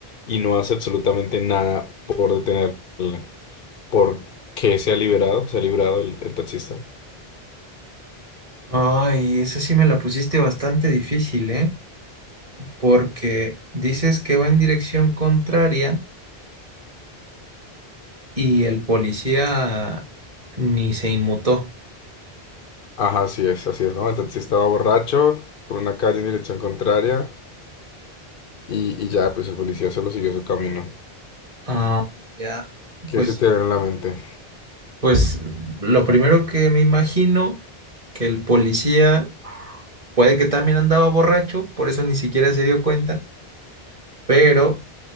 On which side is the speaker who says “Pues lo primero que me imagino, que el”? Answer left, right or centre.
Right